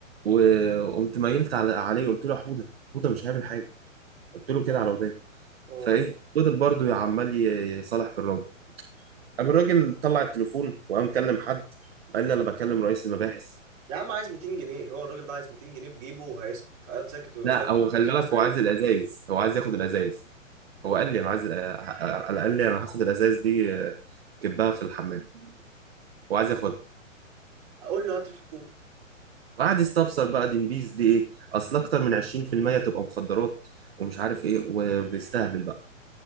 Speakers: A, on the right; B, on the right.
A: وقمت ميلت على... عليه قلت له يا حوده حوده مش هيعمل حاجه قلت له كده على وداني
B: اه
A: فايه فضل برضه عمال ي- يصالح في الراجل قام الراجل طلع التليفون وقام كلم حد قال لي انا بكلم رئيس المباحث
B: يا عم عايز 200 جنيه هو الراجل ده عايز 200 جنيه في جيبه وهيسكت هيقعد ساكت ويقول
A: لا
B: لك
A: هو خلي
B: احنا
A: بالك
B: سعيد
A: هو عايز الازايز هو عايز ياخد الازايز هو قال لي انا عايز انا قال لي انا هاخد الازاز دي آه، كبها في الحمام وعايز ياخدها
B: اقول له هات الحكومه
A: وقعد يستفسر بقى دي نبيز دي ايه اصل اكتر من 20% تبقى مخدرات ومش عارف ايه وبيستهبل بقى